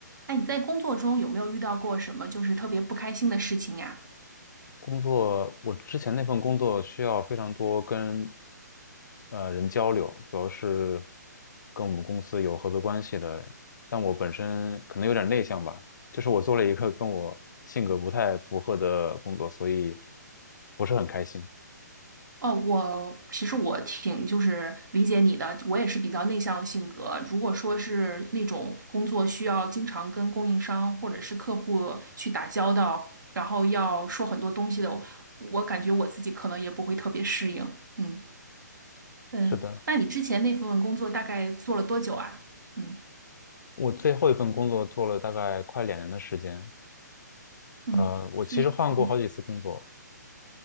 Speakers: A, on the right; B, on the left.
A: 哎，你在工作中有没有遇到过什么就是特别不开心的事情呀？
B: 工作，我之前那份工作需要非常多跟呃人交流，主要是跟我们公司有合作关系的人。但我本身可能有点内向吧，就是我做了一个跟我性格不太符合的工作，所以不是很开心。
A: 哦，我其实我挺就是理解你的，我也是比较内向的性格。如果说是那种工作需要经常跟供应商或者是客户去打交道，然后要说很多东西的，我感觉我自己可能也不会特别适应。嗯嗯，
B: 是的，
A: 那你之前那份工作大概做了多久啊？嗯
B: 我最后一份工作做了大概快两年的时间。
A: 嗯，
B: 呃，我其实换过好几次工作，
A: 所以嗯。